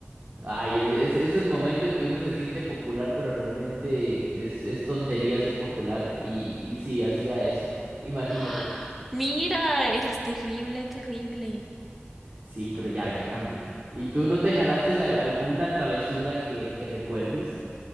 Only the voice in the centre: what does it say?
<gasps> ¡Ah! Mira, eras terrible, terrible.